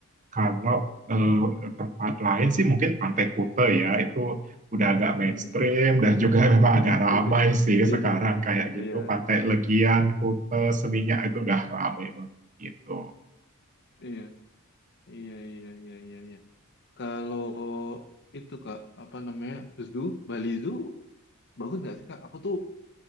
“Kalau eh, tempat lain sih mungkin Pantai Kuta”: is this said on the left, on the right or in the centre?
Right